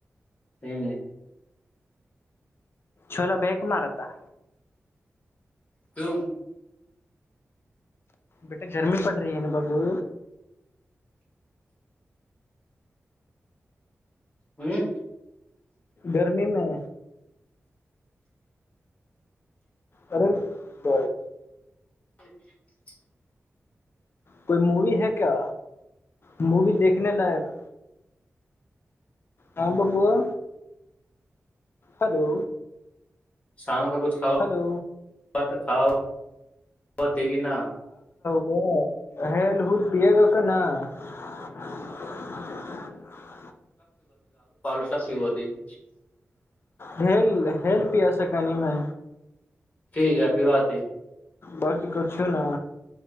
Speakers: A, on the left; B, on the left.
A: हू
B: छोले बैक मारता
A: क्यु
B: बेटा गर्मी पड़ रही है न बाबू
A: हँ
B: गर्मीमे अरे ब
A: <unintelligible>
B: कोई मूवी है क्या मूवी देखने लायक हँ बबूआ हेलो
A: शाम क कुछ खाब
B: हेलो
A: तऽ खाउ खाऽथ कि ना
B: ह हेल हूल पिएगऽ क ना <unintelligible>
A: <unintelligible> सीबदी
B: हेल हेल पिया सकानिमे
A: ठीक ह पी बात
B: बकी कुछो ना